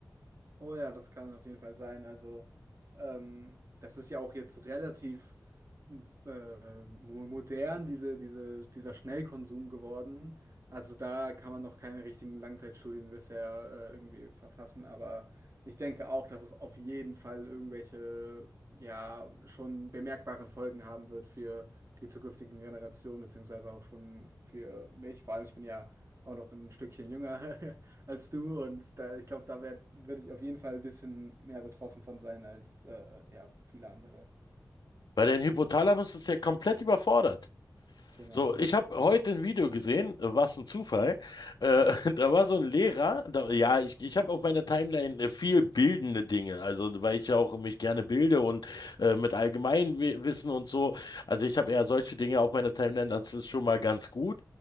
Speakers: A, on the right (about 45°); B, on the left (about 75°).
A: Oh ja, das kann auf jeden Fall sein. Also ähm, das ist ja auch jetzt relativ. äh, mo- modern diese, diese, dieser Schnellkonsum geworden. Also da kann man noch keine richtigen Langzeitstudien bisher äh, irgendwie verfassen, aber ich denke auch, dass es auf jeden Fall irgendwelche, ja, schon bemerkbaren Folgen haben wird für die zukünftigen Generationen, beziehungsweise auch schon für mich. Vor allem, ich bin ja auch noch ein Stückchen jünger <laughs> als du und da, ich glaube, da werde werd werd ich auf jeden Fall ein bisschen mehr betroffen von sein als äh, ja, viele andere.
B: Weil dein Hypothalamus ist ja komplett überfordert.
A: Genau.
B: So, ich habe heute ein Video gesehen, äh, was ein Zufall. Äh, <laughs> da war so ein Lehrer, da, ja, ich, ich habe auf meiner Timeline äh, viel bildende Dinge, also weil ich ja auch mich gerne bilde und äh, mit Allgemeinwissen und so. Also ich habe eher solche Dinge auf meiner Timeline, das ist schon mal ganz gut,